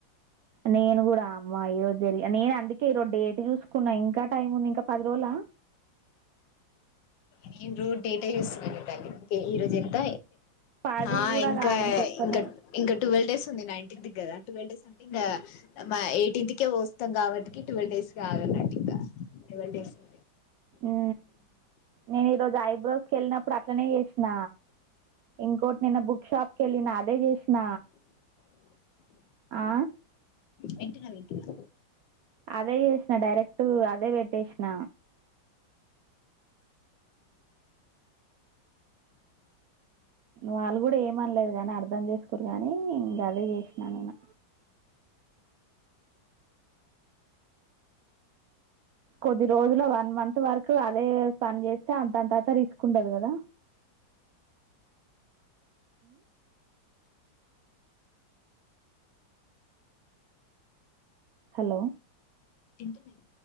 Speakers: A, on the right; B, on the left.
A: నేను కూడా అమ్ ఈ రోజు జరిగి నేను అందుకే ఈరోజు డేట్ చూసుకున్నా ఇంకా టైం ఉంది ఇంకా పది రోజులా
B: నేను రోడ్ డేటా చయూస్న్న ఈరోజ ఎంత
A: పది
B: ఆ
A: కూడా
B: ఇంకా
A: కాదు ఎక్కువనే
B: ఇంకా ఇంకా ట్వెల్వ్ డేస్ ఉంది నైన్టీన్ కదా ట్వెల్వ్ డేస్ అంటే ఇంకా మా ఎయిటీన్త్ కే వస్తాం కాబట్టికి ట్వెల్వ్ డేస్ కాగాన్నట్టు ఇంకా ట్వల్ డేస్ంట
A: ఉ నేను ఈరోజు ఐబ్రో కెళ్ళినప్పుడు అట్లనే చేసిన ఇంకోటి నిన్న బుక్ షాప్ క వెళ్ళిన అదే చేసిన ఆ
B: వింటున్నా వింటున్నా
A: అదే చేసిన డైరెక్ట్ అదే పెట్ చేసిన వాళ్ళు కూడా ఏమనలేదు కాని అర్ధం చేసుకోరు కానీ ఇంకా అదే చేసినాను నేన్న కొద్ది రోజుల వన్ మంత్ వరకు అదే పని చేస్తే అంతంతత తీసుకుంటది కదా హలో
B: తింటున్నా